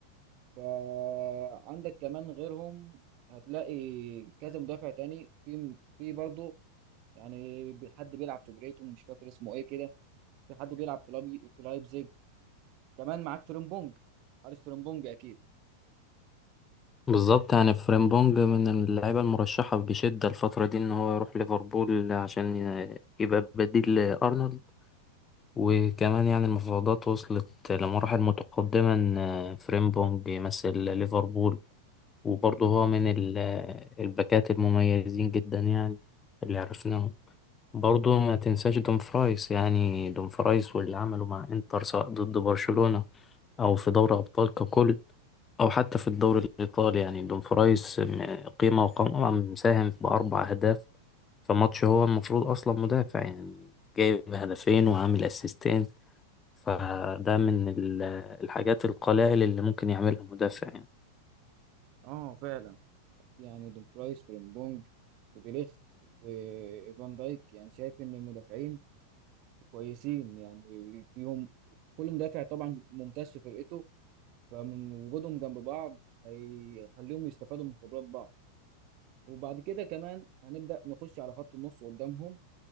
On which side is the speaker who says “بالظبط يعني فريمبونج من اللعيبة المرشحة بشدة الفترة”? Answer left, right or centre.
Left